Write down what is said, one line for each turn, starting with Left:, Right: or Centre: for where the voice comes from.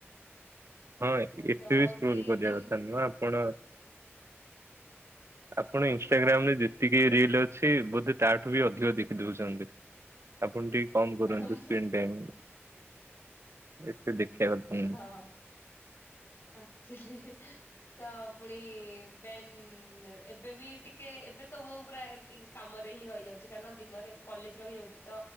Right: ହଁ ଏତ
Left: ତ
Right: ବେଶି
Left: ଆଉ ବି
Right: କୋ କରିବା
Left: ଦିନ
Right: କଥା ନୁହ ଆପଣ ଆପଣ ଇନ୍‌ଷ୍ଟା ଗ୍ରାମ୍ ରେ ଯେତିକି ରିଲ୍ ଅଛି। ସେ ବୋଧେ ତା ଠୁ ବି ଅଧିକ ଦେଖି ଦଉଛନ୍ତି। ଆପଣ ଟିକେ କମ କରନ୍ତୁ
Left: ହଁ
Right: ସ୍କ୍ରିନ ଟାଇମ୍ ଏତେ ଦେଖିବା କଥା ନୁହଁ।
Left: ହଁ ଆଚୁଲି। ତ ପୁଣି ବନ୍ ଏବେ ବି ଟିକେ ଏବେ ତ ମୁଁ ପୁରା କାମରେ ହିଁ ରହିଯାଉଛି କାରଣ ଦିନରେ କଲେଜ ରହିଯାଉଛି। ତ